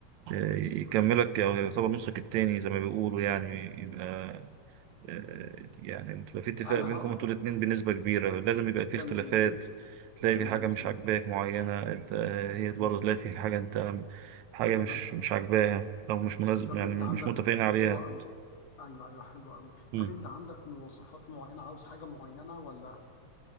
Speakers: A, on the right (about 75°); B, on the left (about 60°).
A: آه، يكملك او يعتبر نصك التاني زي ما بيقولوا يعني يبقى آه، يعني بتبقى في اتفاق
B: انا
A: بينكم
B: ه...
A: انتوا الاتنين بنسبة كبيرة لازم يبقى في اختلافات
B: تمام
A: تلاقي
B: تمام
A: في حاجة مش
B: تمام
A: عاجباك معينة انت آه، هي
B: مهم.
A: برضه تلاقي في حاجة انت حاجة مش
B: طب
A: مش عاجباها او مش مناسب
B: طب
A: يعني
B: انت
A: مش
B: عندك
A: متفقين عليها
B: حلوة قوي ايوه ايوه حلوة قوي
A: مم.
B: طب انت عندك مواصفات معينة عاوز حاجة معينة ولا